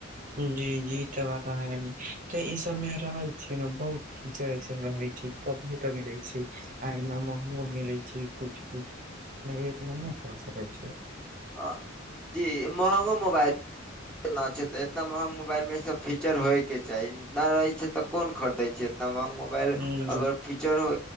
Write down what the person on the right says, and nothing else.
जी जी ई त बात आहाँ निक, तऽ ई सबमे रहै छियै ने बहुत। कीचड़ ऐसन रहै छै, क तऽ मिलैत छै, आइ एना महगो मिलैत छै कुछ- कुछ। नहैर मे नैय क सकै छैय।
हम्म